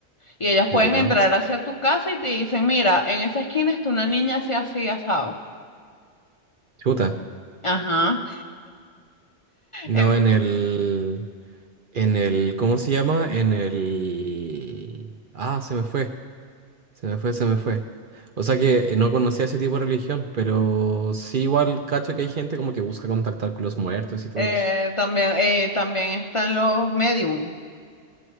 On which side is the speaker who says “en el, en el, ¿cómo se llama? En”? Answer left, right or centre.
Right